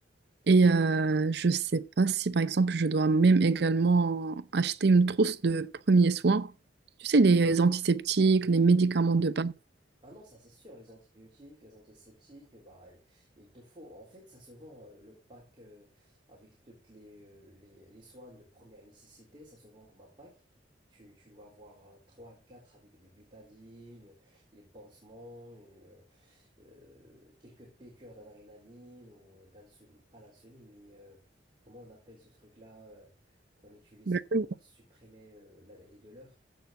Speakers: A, on the right; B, on the right.
A: Et euh, je sais pas si, par exemple, je dois même également acheter une trousse de premiers soins. Tu sais, les antiseptiques, les médicaments de base.
B: Ah non, ça c'est sûr, les antibiotiques, les antiseptiques, bah, il il te faut. En fait, ça se vend euh, le pack euh, avec toutes les, euh, les, les soins de première nécessité, ça se vend comme un pack. Tu, tu dois avoir euh, 3 4 avec du bétadine, les pansements, et, euh, euh, quelques piqûres d'adrénaline ou euh, d'insul, pas l'insuline mais euh, comment on appelle ce truc-là euh, qu'on utilise
A: Ben oui.
B: pour supprimer euh, la- les douleurs?